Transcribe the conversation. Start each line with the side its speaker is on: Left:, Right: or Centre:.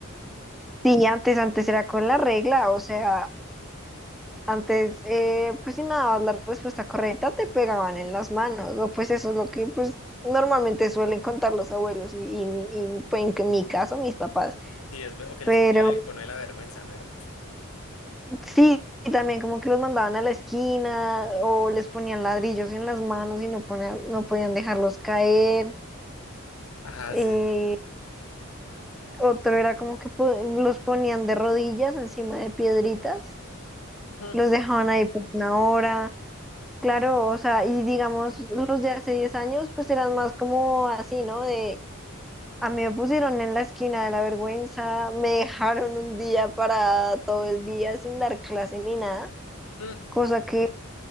Centre: Sí, antes, antes era con la regla, o sea, Antes, eh, pues si no dabas la respuesta correcta, te pegaban en las manos, o pues eso es lo que pues normalmente suelen contar los abuelos y, y- y, pues, en que- mi caso mis papás.
Left: Sí, es, ve- o que
Centre: Pero
Left: les ponían el cono de la vergüenza, ¿no era?
Centre: sí, y también como que los mandaban a la esquina o les ponían ladrillos en las manos y no, ponían- no podían dejarlos caer.
Left: Ah,
Centre: Eh,
Left: sí.
Centre: otro era como que po- los ponían de rodillas encima de piedritas,
Left: Ujú,
Centre: los dejaban ahí por una hora. Claro, o sea, y digamos, los de hace 10 años pues eran más como así, ¿no? De a mí me pusieron en la esquina de la vergüenza, me dejaron un día para todo el día sin dar clase ni nada,
Left: ujú. <laughs>
Centre: cosa que,